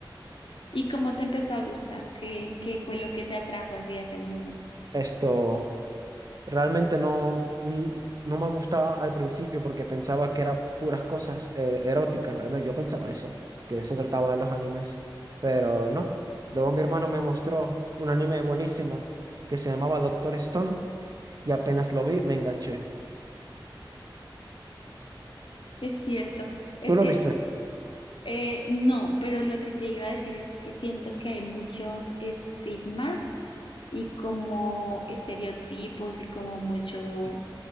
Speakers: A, on the left; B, on the right.
A: ¿Y cómo te empezó a gustar? ¿Qué, qué fue lo que te atrajo hacia ese mundo?
B: Esto realmente no, n- no me gustaba al principio porque pensaba que eran puras cosas eh, eróticas, al menos yo pensaba eso, que eso trataba de los animes, pero no. Luego mi hermano me mostró un anime buenísimo que se llamaba Doctor Stone y apenas lo vi me enganché.
A: Es cierto, es
B: ¿Tú lo
A: que
B: viste?
A: sa- eh, no, pero lo que te iba a decir es que siento que hay muchos estigmas y como estereotipos y como mucho,
B: Sí.